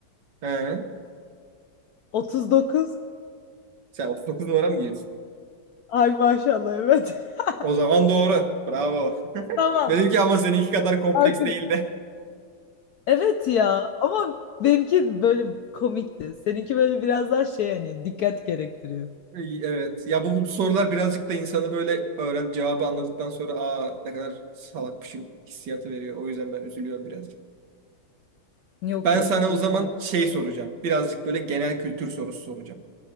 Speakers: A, on the right (about 60°); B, on the left (about 70°).
A: He.
B: 39.
A: Sen 39 numara mı giyiyorsun?
B: Ay maşallah evet. <laughs>
A: O zaman doğru. Bravo. <laughs>
B: Tamam.
A: Benimki ama seninki kadar kompleks
B: Arkadaş.
A: değildi.
B: Evet ya ama benimki böyle komikti. Seninki böyle biraz daha şey hani dikkat gerektiriyor.
A: İyi, Evet. Ya bu, bu sorular birazcık da insanı böyle öğren cevabı anladıktan sonra aa ne kadar salakmışım hissiyatı veriyor. O yüzden ben üzülüyorum birazcık.
B: Yok
A: Ben
B: yok
A: sana
B: değil
A: o zaman
B: ya.
A: şey soracağım. Birazcık böyle genel kültür sorusu soracağım.